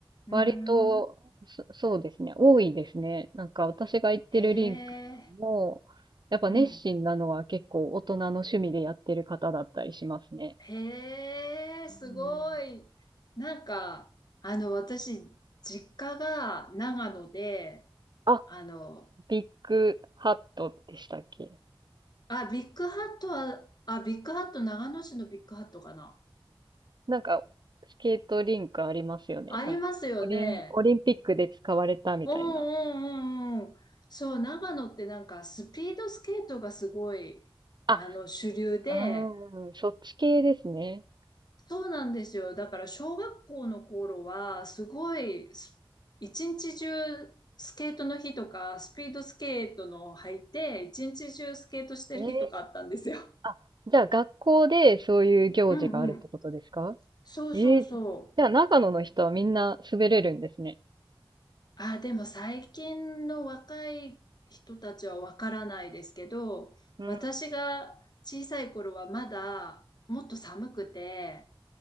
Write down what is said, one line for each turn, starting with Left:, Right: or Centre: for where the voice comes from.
Left: うん。
Right: 割と、そ、そうですね。多いですね。なんか私が行ってるリンクも、
Left: へえ。
Right: やっぱ熱心なのは結構大人の趣味でやってる方だったりしますね。
Left: うん。へえ、
Right: うん。
Left: すごい。なんか、あの、私、実家が長野で、
Right: あ、
Left: あの、
Right: ビッグハットでしたっけ
Left: あ、ビッグハットは、あ、ビッグハット、長野市のビッグハットかな。
Right: なんか、スケートリンクありますよね。
Left: ありますよね。
Right: なんか、オリン、オリンピックで使われたみたいな。
Left: うんうんうんうん。そう、長野ってなんかスピードスケートがすごい、
Right: あ、
Left: あの、主流で、
Right: うーん、そっち系ですね。
Left: そうなんですよ。だから小学校の頃は、すごいス、す一日中スケートの日とか、スピードスケートの履いて、一日中スケートしてる日とかあったんですよ。
Right: えー、あ、じゃあ学校でそういう行事があるってことですか
Left: うんうん。そうそうそう。
Right: ええ、じゃあ長野の人はみんな滑れるんですね。
Left: あ、でも最近の若い人たちはわからないですけど、
Right: うん、
Left: 私が小さい頃はまだもっと寒くて、